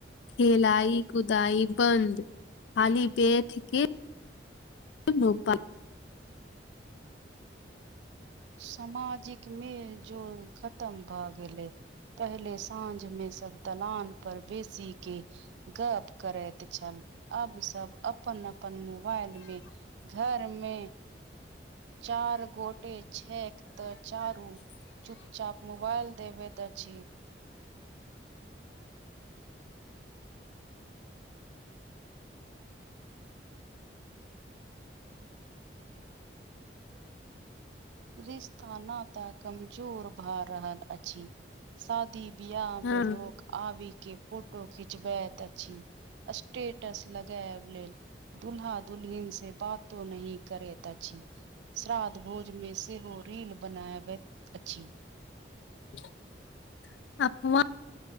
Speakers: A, on the left; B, on the right.
A: खेलाइ कुदई बन्द खाली बन्द के <unintelligible>
B: सामाजिक में जो खतम भए गेलै पहले साँझ में सब दलान पर बेसी के गप करैत छल आब सब अपन अपन मोबाइल मे घरमे चार गोटे छैक तऽ चारू चुप चाप मोबाइल देबैत अछि रिस्ता नाता कमजोर भ रहल अछि सब दिबिया
A: हँ
B: में लोक आबी के फोटो खिचबैत अछि स्टेटस लगा लेल दुूल्हा दुलहिन से बातो नहि करेत अछि श्रादध भोज मे सेहो रील बनावय अछि
A: <unintelligible>